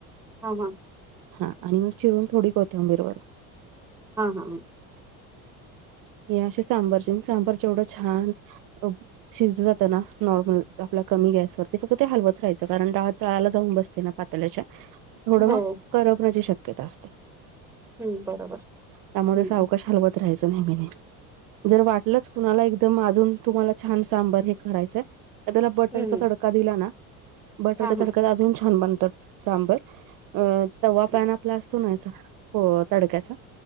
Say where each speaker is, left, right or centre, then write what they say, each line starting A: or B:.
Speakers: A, in the centre; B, on the right.
A: हा हा
B: आणि आणि चिरून थोडी कोथिंबीर वरून.
A: हा हा ह
B: हे असे सांबारचे आणि सांबार जेवढं छान शिजल जा त ना नॉर्मल आपल्या कमी गॅसवरती फक्त ते हलवत राहायचं कारण डाळ तळाला जाऊन बसते ना पातिल्याच्या थोडं
A: हो
B: करपण्याची शक्यता असते.
A: हम्म बरोबर
B: त्यामुळे
A: हम्म
B: सावकाश हलवत राहायचं नेहमीने. जर वाटलंच कुणाला एकदम अजून तुम्हाला छान सांबर हे करायचंय त्याला बटरचा
A: हम्म
B: तडका दिला ना बटरच्या
A: हा
B: तडका्या
A: हा
B: अजून छान बनत सांबर तवा
A: अच्छा
B: पॅन आपला असतो ना याचा हो तडक्याचा